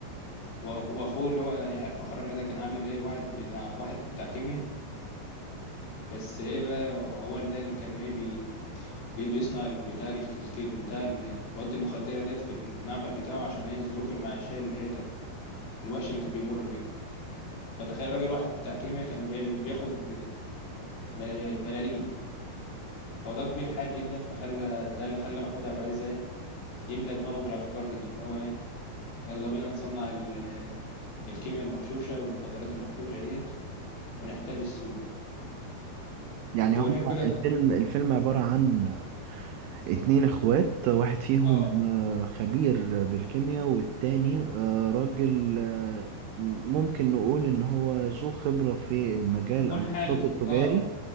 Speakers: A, on the left; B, on the right.
A: وأخ- وأخوه اللي هو يحيى الفخراني ده كان عامل إيه واحد بتاع واحد بتاع كيمياء بس إيه بقى هو اللي ده اللي كان إيه بي بي- بيصنع بتاع الكيل بتاع المواد المخدرة ديت في المعمل بتاعه عشان إيه الظروف المعيشية اللي هي كانت الوحش اللي كان بيمر بيها فتخيل راجل واحد بتاع كيمياء كان بي- بياخد مل- ملاليم فده كبير الحال جدا فخلى ده اللي خلى محمود عبد العزيز إيه؟ يملى دماغه بالافكار دي ان هو ايه يلا بينا نصنع ال- الكيمياء المغشوشه والمخدرات المغشوشه ديت ونحتل السوق
B: يعني
A: وبيوريك
B: هو
A: بقى
B: الفيلم الفيلم عباره عن اتنين اخوات واحد فيهم
A: اه
B: آه، خبير بالكيمياء والتاني آه، راجل آه، ممكن نقول ان هو ذو خبرة في المجال
A: منحل
B: او النشاط التجاري
A: اه